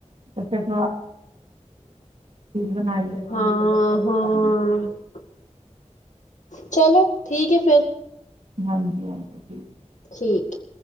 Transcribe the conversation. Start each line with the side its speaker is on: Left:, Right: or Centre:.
Right: <unintelligible> ਇੱਕ ਚੀਜ਼ ਬਣਾਈ ਆ
Left: ਹਾਂ
Right: ਬੱਚਿਆਂ
Left: ਹਾਂ
Right: ਨੂੰ
Left: ਚਲੋ ਠੀਕ ਹੈ ਫਿਰ
Right: ਹਾਂਜੀ ਹਾਂਜੀ। ਠੀਕ
Left: ਠੀਕ।